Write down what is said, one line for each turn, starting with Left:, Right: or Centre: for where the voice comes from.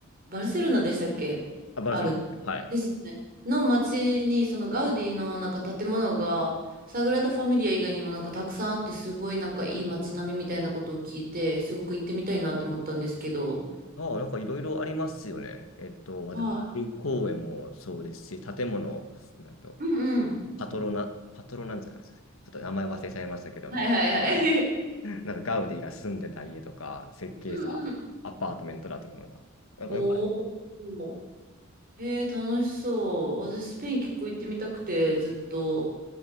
Right: バルセロナでしたっけある。
Left: あ、バルセロナ。はい。
Right: ですよね。の街に、そのガウディのなんか建物が、サグラダ・ファミリア以外にもなんかたくさんあって、すごいなんかいい街並みみたいなことを聞いて、すごく行ってみたいなって思ったんですけど。
Left: ああ、なんかいろいろありますよね。えっと、まず、
Right: は
Left: ル公園もそうですし、建物、なんと、
Right: い。うんうん。
Left: パトロナ、パトロなんちゃかでしたっけちょっと名前忘れちゃいましたけども、
Right: はいはいはい。
Left: なんかガウディが住んでた家とか、設計したアパートメントだというのが、
Right: <laughs> うんうん。
Left: なんかよくある
Right: おー。へえ、楽しそう。私、スペイン結構行ってみたくて、ずっと。